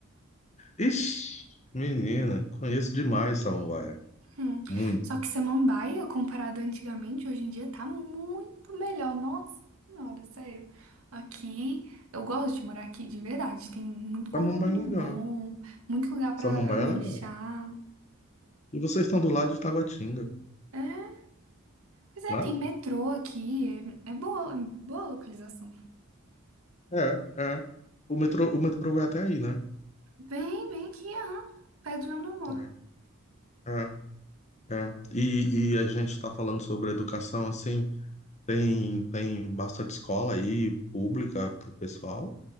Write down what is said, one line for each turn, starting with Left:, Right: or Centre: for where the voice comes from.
Left: Ixi, menina, conheço demais Samambaia.
Right: Hum.
Left: Muito.
Right: Só que samambaia, comparado antigamente, hoje em dia tá muito melhor. Nossa senhora, sério. Aqui, eu gosto de morar aqui de verdade. Tem muito condomínio
Left: Samambaia é legal.
Right: bom, muito lugar pra
Left: Samambaia
Right: lanchar.
Left: é legal. E vocês estão do lado de Taguatinga,
Right: É, pois é,
Left: né?
Right: tem metrô aqui. É, é boa, é boa localização.
Left: É, é. O metrô, o metrô vai até aí, né?
Right: Vem, vem aqui, aham. Perto de onde eu moro.
Left: É. É, é. E, e a gente está falando sobre educação, assim, tem, tem bastante escola aí, pública, para o pessoal.